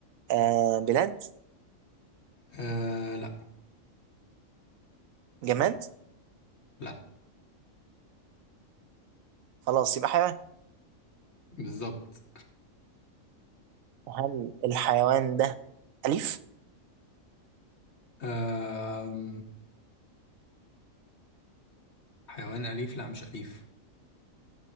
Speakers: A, on the right (about 80°); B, on the left (about 55°).
A: آه بلاد
B: آه لا
A: جماد
B: لا
A: خلاص يبقى حيوان
B: بالظبط
A: هل الحيوان ده أليف؟
B: آم، حيوان أليف لا مش أليف